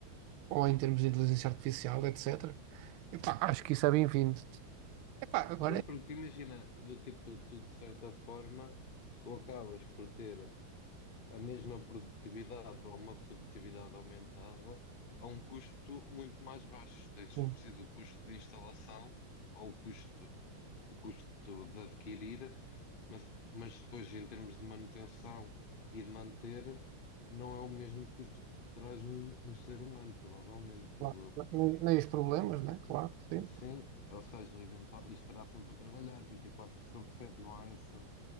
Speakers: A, on the right; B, on the left.
A: ou em termos de inteligência artificial, etc., epá, acho que isso é bem-vindo. Epá, agora
B: Sim,
A: é.
B: porque imagina, do tipo, tu de certa forma, tu acabas por ter. a mesma produtividade ou uma produtividade aumentada a um custo muito mais baixo. Tens, se
A: Sim,
B: for preciso, o custo de instalação ou o custo, o custo de adquirir, mas, mas depois, em termos de manutenção e de manter, não é o mesmo custo que traz um, um ser humano, provavelmente,
A: claro.
B: digo eu.
A: Nem, nem os problemas, né? Claro, sim.
B: Sim, ou seja, eventual, isto estará sempre a trabalhar 24 sobre 7, não há essa.